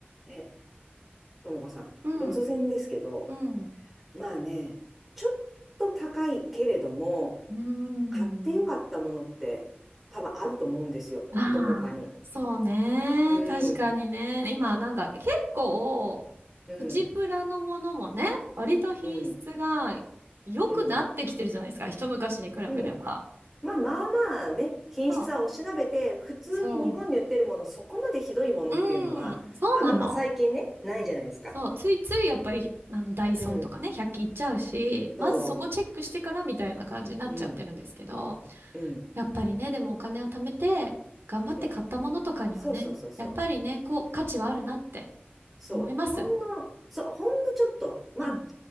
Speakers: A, in the centre; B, on the right (about 75°).
A: え、ともこさん、
B: うん、
A: 突然ですけど、
B: うん、
A: まあね、ちょっと高いけれども、
B: うん。
A: 買ってよかったものって多分あると思うんですよ。
B: ああ、
A: どこかに。
B: そうね。
A: うん、
B: 確かにね。今、なんか結構、
A: うん、
B: プチプラのものもね、割と品質が良くなってきてるじゃないですか。
A: うん、うん、
B: 一昔に比べれば。
A: うん。まあまあまあね、品質はおしなべて、
B: そう、
A: 普通に日本に売ってるもの、
B: そう。
A: そこまでひどいものっていうのは、
B: うん、そうなの。
A: あんままあ最近ね、ないじゃないですか。
B: そう、ついついやっぱり、あの、ダイソーとかね、
A: うん、
B: 100均行っちゃうし、まずそこチェックしてからみたいな感じになっちゃってるんですけど。
A: そう、うん、うん、
B: やっぱりね、でもお金を貯めて、頑張って買ったものとかにはね、
A: うん。そうそうそうそう。
B: やっぱりね、こう、価値はあるなって
A: そう、
B: 思います。
A: ほんの、そう、ほんのちょっと、まあ、
B: うん、